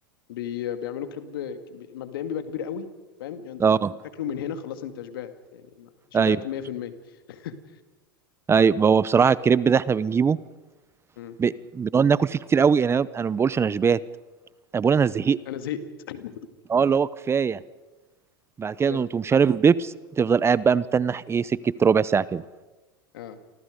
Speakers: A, on the left; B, on the right.
A: بي... بيعملوا كريب بي... مبدئيا بيبقى كبير قوي فاهم يعني انت
B: اه
A: تاكل تاكله من هنا خلاص انت شبعت يعني ما- شبعت
B: ايوه
A: 100% <laughs>
B: ايوه هو بصراحه الكريب ده احنا بنجيبه
A: مم.
B: ب... بنقعد ناكل فيه كتير قوي يعني انا أنا ما بقولش انا شبعت انا بقول انا زهقت
A: انا زهقت <laughs>
B: اه اللي هو كفايه بعد كده
A: اي
B: تقوم شارب البيبس تفضل قاعد بقى متنح ايه سكه ربع ساعه كده
A: اه